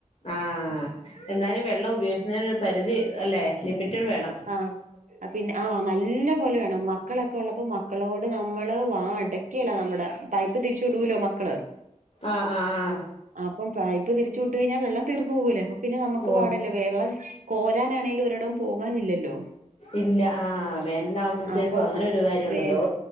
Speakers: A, on the left; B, on the right.
A: ആഹ് എന്തായാലും വെള്ളം ഉപയോഗിക്കുന്നതിന് ഒരു പരിധി അല്ലേ ലിമിറ്റ് വേണം
B: ആഹ് പിന്നെ ആഹ് നല്ല പോലെ വേണം മക്കളൊക്കെ ഉള്ളപ്പോ മക്ക മക്കളോട് നമ്മള് വാ അടക്കേല്ല നമ്മുടെ പൈപ്പ് തിരിച്ചു വിടൂലോ മക്കള്
A: ആഹ് ആഹ് ആഹ്
B: അപ്പം പൈപ്പ് തിരിച്ച് വിട്ട് കഴിഞ്ഞാ വെള്ളം തീർന്ന് പോകൂല്ലേ അപ്പ പിന്നെ നമുക്ക്
A: ഓഹ്
B: പാടല്ലെ വെള്ളം കോരാനാണെങ്കിലും ഒരെടം പോകാനില്ലല്ലോ
A: ഇല്ല ആഹ് വേനല് ആകുമ്പോഴെക്കും
B: അപ്പൊ
A: അങ്ങനെ ഒരു കാര്യം ഉണ്ടല്ലോ
B: വേ